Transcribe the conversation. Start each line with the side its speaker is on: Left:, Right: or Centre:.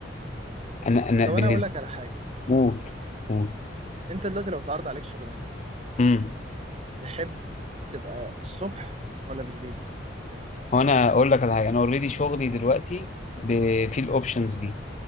Left: انا انا
Right: طب
Left: بالنسبه
Right: انا اقول لك على حاجه
Left: قول قول
Right: انت دلوقتي لو اتعرض عليك شغلانه
Left: امم
Right: تحب تبقى الصبح ولا بالليل
Left: هو انا اقول لك على حاجه انا اوريدي شغلي دلوقتي ب- في الاوبشنز دي